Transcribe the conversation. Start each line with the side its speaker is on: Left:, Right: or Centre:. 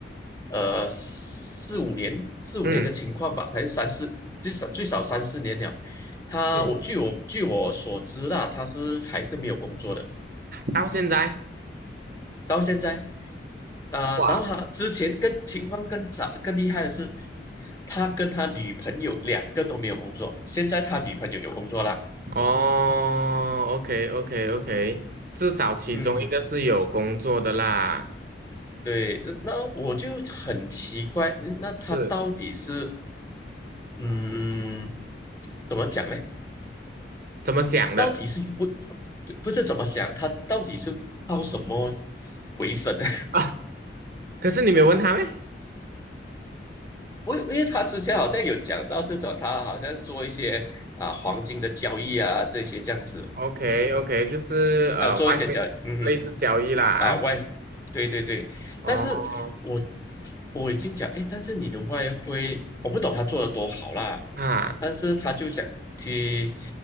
Left: 呃四五年四五年的情况吧，
Right: 嗯。
Left: 还是三四最少最少三四年了。他我据我据我所知啦，
Right: 嗯
Left: 他是还是没有工作的，
Right: 到现在
Left: 到现在啊、
Right: 哇，
Left: 然后他之前更情况更早更厉害的是，他跟他女朋友两个都没有工作，现在他女朋友有工作啦，
Right: 哦，OK OK OK，至少其中一个是有工作的啦，
Left: 嗯。对，呃那我就很奇怪，嗯那他到底是，
Right: 是
Left: 嗯，怎么讲呢？
Right: 怎么想的？
Left: 到底是为，不知怎么想，他到底是靠什么为生呢？
Right: 啊，可是你没有问他咩 <laughs>
Left: <laughs> 我因为他之前好像有讲到是说，他好像做一些啊黄金的交易啊这些这样子，
Right: ？OK OK，就是呃外汇类似交易啦
Left: 呃，做一些交易，嗯哼啊，外，对对对，
Right: 啊，
Left: 但是我
Right: 哦
Left: 我已经讲，诶，但是你的外汇，我不懂他做的多好啦，
Right: 啊，
Left: 但是他就讲，其